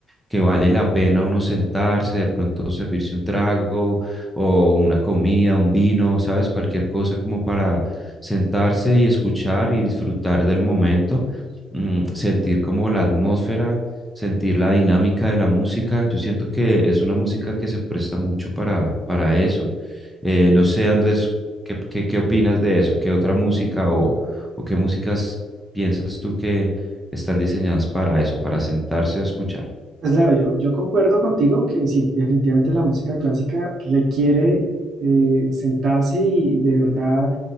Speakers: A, in the centre; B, on the right (about 50°).
A: que vale la pena uno sentarse, de pronto servirse un trago o una comida, un vino, ¿sabes? Cualquier cosa como para sentarse y escuchar y disfrutar del momento, mm, sentir como la atmósfera, sentir la dinámica de la música. Yo siento que es una música que se presta mucho para, para eso. Eh, no sé, Andrés, ¿qué, qué, qué opinas de eso? ¿Qué otra música o, o qué músicas piensas tú que están diseñadas para eso, para sentarse a escuchar.
B: Pues Leo, yo, yo concuerdo contigo que sí, definitivamente la música clásica requiere eh, sentarse y de verdad